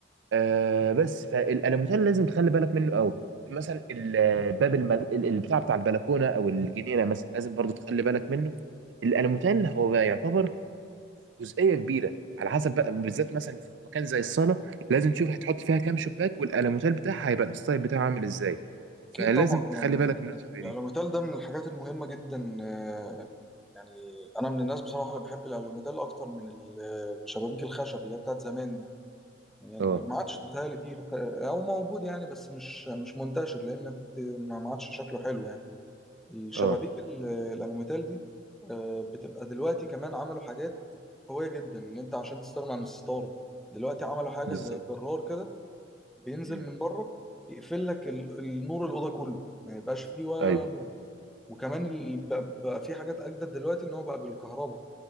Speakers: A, on the right; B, in the centre.
A: آه بس فالالوميتال لازم تخلي بالك منه قوي مثلا الباب المل... البتاع بتاع البلكونه او الجنينه مثلا لازم برضو تخلي بالك منه الالوميتال هو بقى يعتبر جزئيه كبيره على حسب بقى بالذات مثلا في مكان زي الصاله لازم تشوف هتحط فيها كام شباك والالوميتال بتاعها هيبقى الستايل بتاعه عامل ازاي فلازم
B: أكيد طبعا
A: تخلي
B: يعني
A: بالك من النقطه زي
B: الألوميتال
A: دي
B: ده من الحاجات المهمة جدا آه، يعني أنا من الناس بصراحة اللي بحب الألوميتال أكتر من ال- الشبابيك الخشب اللي هي بتاعت زمان دي يعني
A: اه
B: ما عادش بتهيألي فيه الخ- أو موجود يعني بس مش مش منتشر لأن بت- ما عادش شكله حلو يعني الشبابيك
A: اه
B: ال- الألوميتال دي آه، بتبقى دلوقتي كمان عملوا حاجات قوية جدا إن أنت عشان تستغنى عن الستارة دلوقتي عملوا حاجة
A: بالظبط
B: زي جرار كده بينزل
A: مم.
B: من بره يقفل لك ال- النور الاوضه كله ما يبقاش فيه ولا
A: ايوه
B: نور وكمان ال- بقى بقى في حاجات اجدد دلوقتي ان هو بقى بالكهرباء